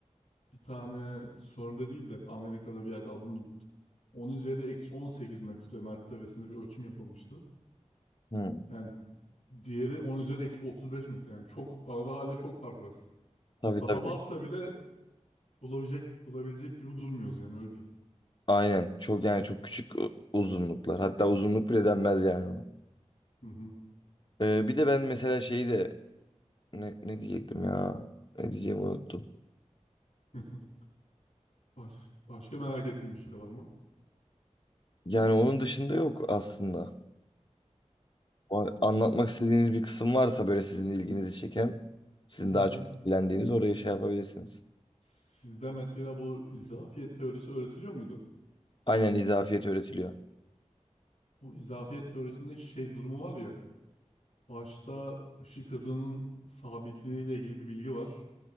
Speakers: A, on the left; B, on the left.
A: Bir tane CERN'de değil de Amerika'da bir yerde adını unuttum. Onun üzeri eksi 18 metre mertebesinde bir ölçüm yapılmıştı.
B: Hı.
A: Yani diğeri 10 üzeri eksi 35 metre. Yani çok arada hala çok fark var.
B: Tabii
A: Yani daha
B: tabii.
A: varsa bile bulabilecek bulabilecek gibi durmuyoruz yani öyle diyeyim.
B: Aynen. Çok yani çok küçük u- uzunluklar. Hatta uzunluk bile denmez yani ona.
A: Hı hı.
B: Ee, bir de ben mesela şeyi de ne, ne diyecektim ya? Ne diyeceğimi unuttum.
A: <laughs> Baş, başka merak ettiğim bir şey var mı?
B: Yani onun dışında yok aslında. O anlatmak istediğiniz bir kısım varsa böyle sizin ilginizi çeken, sizin
A: Hı
B: daha
A: hı.
B: çok ilgilendiğiniz oraya şey yapabilirsiniz.
A: Sizde mesela bu izafiyet teorisi öğretiliyor muydu?
B: Aynen izafiyet öğretiliyor.
A: O izafiyet teorisinde şey durumu var ya. Başta ışık hızının sabitliği ile ilgili bir bilgi var.